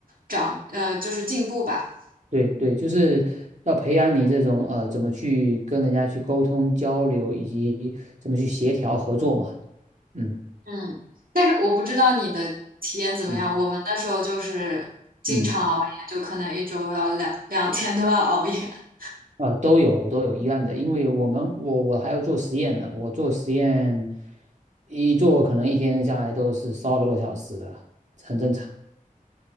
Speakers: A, on the right; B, on the right.
A: 长呃就是进步吧。
B: 对对，就是要培养你这种呃，怎么去跟人家去沟通交流，以及怎么去协调合作嘛，嗯
A: 嗯，但是我不知道你的体验怎么样。
B: 嗯
A: 我们那时候就是经常熬夜，
B: 嗯。
A: 就可能一周要两两天都要熬夜。<laughs>
B: 呃，都有都有一样的，因为我们我我还要做实验呢，我做实验一做可能一天下来都是十二个多小时的，很正常。